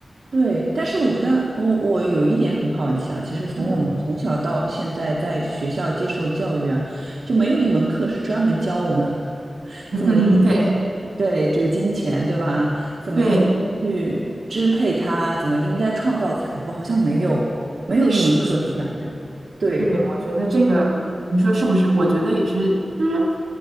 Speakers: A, on the right; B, on the right.
A: 对，但是我觉得我我有一点很好奇啊，其实从我们从小到现在在学校接受教育啊，
B: 嗯
A: 就没有一门课是专门教我们 <laughs>
B: 嗯嗯，
A: 怎么理
B: 对。
A: 对这个金钱，对吧？怎么应去支配它，
B: 对，
A: 怎么应该创造财富，好像没有没有一门课是这样子。
B: 是是是，
A: 对，
B: 对，我觉得这个，你说是不是？我觉得也是，就是